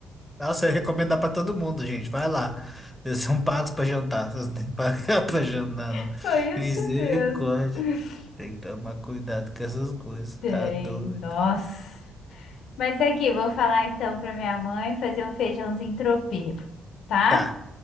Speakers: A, in the centre; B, on the left (about 75°).
A: Nossa, eu recomendar pra todo mundo, gente. Vai lá. Vocês são pagos pra jantar. Vocês não têm que pagar <laughs> pra jantar,
B: <laughs>
A: não.
B: Foi
A: Misericórdia.
B: isso mesmo. <laughs>
A: Tem que tomar cuidado com essas coisas.
B: Tem,
A: Tá doido.
B: nossa. Mas aqui, vou falar então pra minha mãe fazer um feijãozinho tropeiro, tá?
A: Tá.